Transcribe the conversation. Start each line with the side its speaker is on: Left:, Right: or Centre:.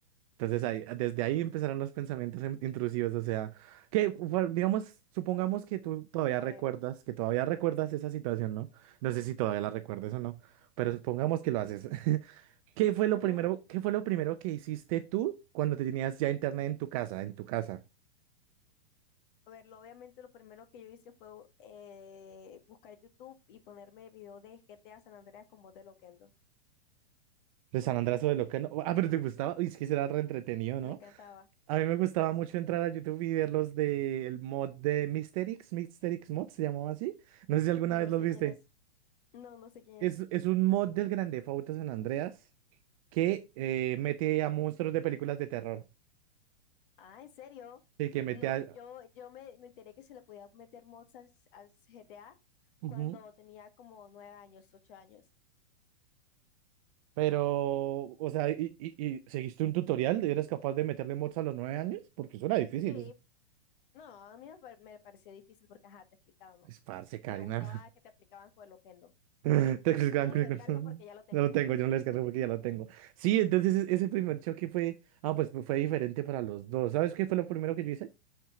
Right: Entonces ahí, desde ahí empezaron los pensamientos en- intrusivos, o sea, que bueno, digamos, supongamos que tú todavía
Left: A
Right: recuerdas,
Left: ver.
Right: que todavía recuerdas esa situación, ¿no? No sé si todavía la recuerdas o no, pero supongamos que lo haces. <laughs> ¿Qué fue lo
Left: ujú.
Right: primero, qué fue lo primero que hiciste tú cuando te tenías ya internet en tu casa, en tu casa?
Left: A ver, lo- obviamente lo primero que yo hice fue eh, buscar YouTube y ponerme video de GTA San Andreas con voz de Loquendo.
Right: De San Andrés o de lo que no. Ah, pero te gustaba. Uy, es que será re entretenido, ¿no?
Left: Me encantaba.
Right: A mí me gustaba mucho entrar a YouTube y ver los del mod de Mysterix, Mysterix Mod, se llamaba así. No sé si alguna
Left: No
Right: vez
Left: sé
Right: los viste.
Left: quién es. No, no sé quién
Right: Es,
Left: es.
Right: es un mod del Grand Theft Auto San Andreas que eh, mete a monstruos de películas de terror.
Left: Ah, ¿en serio?
Right: Sí, que mete
Left: No,
Right: a...
Left: yo, yo me, me enteré que se le podía meter mods al, al GTA
Right: Ujú.
Left: cuando tenía como nueve años, ocho años.
Right: Pero, o sea, y, y, y seguiste un tutorial? ¿Eres capaz de meterle mods a los nueve años? Porque eso era difícil.
Left: Sí, no, a mí me, par- me pareció difícil porque, ajá, te explicaban, ¿no?
Right: Es parce, Karina.
Left: Y me gustaba que te explicaban con el Oquendo.
Right: <laughs> Texas Grand
Left: Yo no
Right: Chronicles.
Left: lo descargo
Right: <laughs>
Left: porque ya lo tengo.
Right: No lo tengo, yo no lo descargué porque ya lo tengo. Sí, entonces e- ese primer choque fue... Ah, pues pues, fue diferente para los dos. ¿Sabes qué fue lo primero que yo hice?